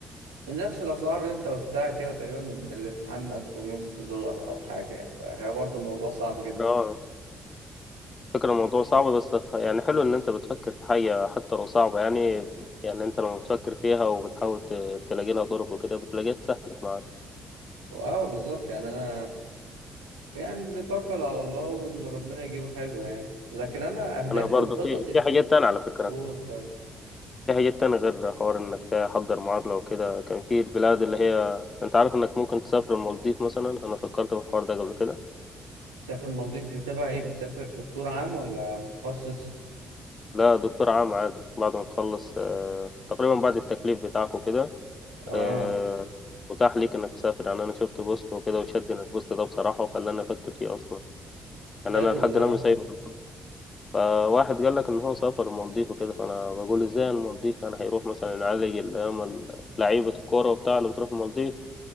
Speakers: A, on the right; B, on the left.
A: نفس الأسعار اللي أنت قلتها كده تقريبا الامتحان ألف ونص دولار أو حاجة يعني فهي برضه الموضوع صعب جدا
B: اه فكرة الموضوع صعب بس خ- يعني حلو ان انت بتفكر في حاجة حتى لو صعبة يعني يعني انت لما بتفكر فيها وبتحاول ت- تلاقي لها ضرب وكده بتلاقيها اتسهلت معاك
A: أه بالظبط يعني أنا يعني بنتوكل على الله واللي ربنا يجيبه حلو يعني لكن أنا أهدافي
B: انا برضه
A: وخططي
B: في في
A: في
B: حاجات
A: ال-
B: تانية على فكرة
A: قول طيب
B: في حاجات تانية غير حوار انك تحضر معادلة وكده كان في البلاد اللي هي انت عارف انك ممكن تسافر المالديف مثلا انا فكرت في الحوار ده قبل كده
A: تسافر المالديف بتبقى إيه بتسافر في دكتور عام ولا متخصص؟
B: لا دكتور عام عادي بعد ما تخلص آه، تقريبا بعد التكليف بتاعك وكده
A: أه
B: آه، متاح ليك انك تسافر يعني انا شفت بوست وكده وشدني البوست ده بصراحة وخلاني افكر فيه اصلا يعني
A: حلو
B: انا لحد
A: ده
B: الان سايب البوست فواحد قال لك ان هو سافر المالديف وكده فانا بقول ازاي المالديف يعني هيروح مثلا يعالج اللي هم لعيبة الكورة وبتاع اللي بتروح المالديف